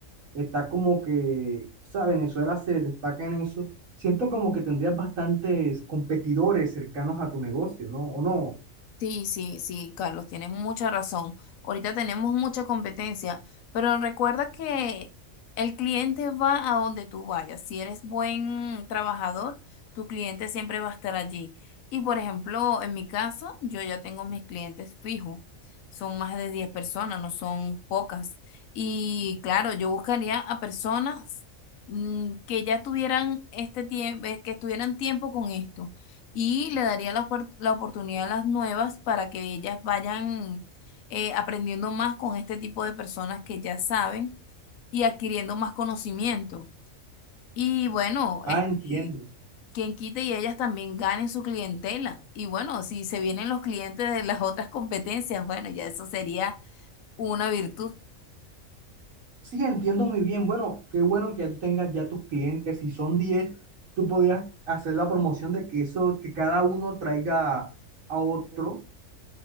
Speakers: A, on the right; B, on the left.
A: está como que, o sea, Venezuela se destaca en eso, siento como que tendrías bastantes competidores cercanos a tu negocio, ¿no? ¿O no?
B: Sí, sí, sí, Carlos, tienes mucha razón. Ahorita tenemos mucha competencia, pero recuerda que el cliente va a donde tú vayas. Si eres buen trabajador, tu cliente siempre va a estar allí. Y por ejemplo, en mi caso, yo ya tengo mis clientes fijos. Son más de 10 personas, no son pocas. Y claro, yo buscaría a personas mm, que ya tuvieran este tiempo, que estuvieran tiempo con esto y le daría la, opor- la oportunidad a las nuevas para que ellas vayan eh, aprendiendo más con este tipo de personas que ya saben y adquiriendo más conocimiento. Y bueno,
A: Ah,
B: este,
A: entiendo.
B: quien quite y ellas también ganen su clientela. Y bueno, si se vienen los clientes de las otras competencias, bueno, ya eso sería una virtud.
A: Sí, entiendo muy bien. Bueno, qué bueno que ya tú tengas ya tus clientes. Si son 10. tú podías hacer la promoción de que eso, que cada uno traiga a otro